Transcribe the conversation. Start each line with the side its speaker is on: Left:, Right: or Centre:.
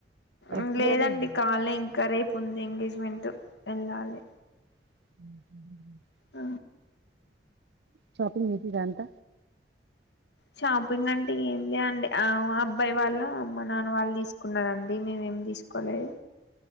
Right: ఎప్పుడు
Left: అ లేదండి
Right: జరిగింది
Left: కాలే ఇంకా రేప్ పుంది ఎంగేజ్మెంటు వెళ్ళాలి
Right: ఊహు
Left: ఆ
Right: షాపింగ్ చేసిండ్రా అంత
Left: షాపింగ్ అంటే ఏమిలే అండి ఆ అబ్బాయి వాళ్ల అమ్మ నాన్న వాళ్ళు తీసుకున్నారండి, మేమేం తీసుకోలేదు.